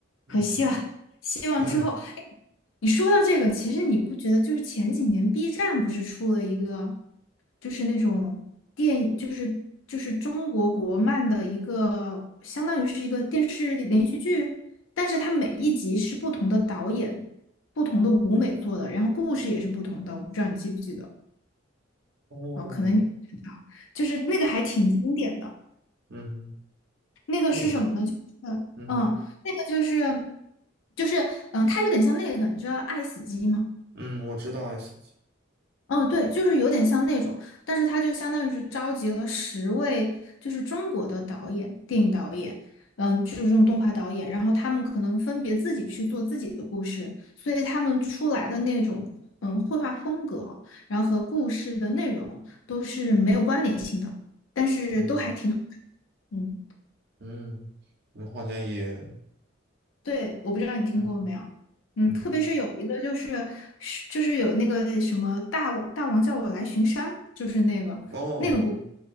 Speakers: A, on the right; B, on the left.
A: 嗯。
B: 可惜了。
A: 哼。
B: 希望之后，
A: 哎，
B: 哎，你说到这个，其实你不觉得就是前几年 B 站不是出了一个，就是那种电，就是就是中国国漫的一个，相当于是一个电视连续剧，但是它每一集是不同的导演、不同的舞美做的，然后故事也是不同的，我不知道你记不记得
A: 哦，
B: 哦，可能你不知道，就是那个还挺经典的。
A: 嗯哼，
B: 那个是什么呢？
A: 那个，
B: 就是，
A: 嗯哼，
B: 嗯，那个就是，就是，嗯，它有点像那个，你知道爱死机吗？
A: 嗯，我知道 S 级，
B: 嗯，对，就是有点像那种，但是它就相当于是召集了十位，就是中国的导演，电影导演，嗯，就是这种动画导演，然后他们可能分别自己去做自己的故事，所以他们出来的那种，嗯，绘画风格，然后和故事的内容都是没有关联性的，但是都还挺好，
A: 嗯哼，
B: 嗯。
A: 嗯，我好像也，
B: 对，我不知道你听过没有，
A: 嗯哼，
B: 嗯，
A: 嗯哼，
B: 特别是有一个就是是就是有那个什么大王大王叫我来巡山，就是那个那个故
A: 哦，